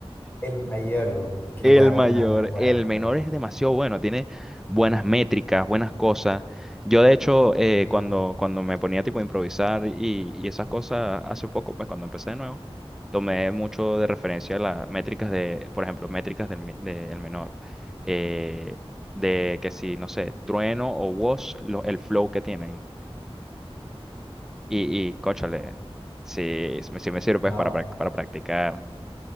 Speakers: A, on the left; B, in the centre.
A: El mayor, que
B: El
A: es bueno
B: mayor,
A: el menor, es bueno
B: el
A: el
B: menor
A: menor.
B: es demasiado bueno, tiene
A: Sí.
B: buenas métricas, buenas cosas. Yo de hecho, eh,
A: Increíble.
B: cuando, cuando me ponía tipo a improvisar y, y esas cosas hace poco, pues cuando empecé de nuevo, tomé mucho de referencia las métricas de, por ejemplo, métricas del, me- del menor. eh, de que si, no sé, Trueno o Woz, lo- el flow que tienen. Y, y cónchale, sí, sí me sirve pues
A: No,
B: para, prac- para practicar.